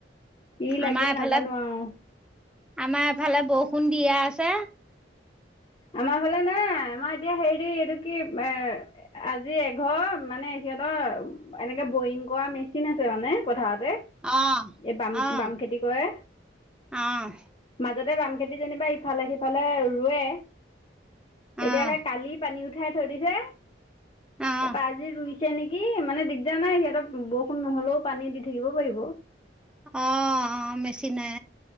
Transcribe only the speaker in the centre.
আমাৰ এফালে,
আমাৰ এফালে বৰষুণ দিয়ে আছে।
অ',
অ'।
অ',
অ',
অ',
অ',
অ', মেচিনে।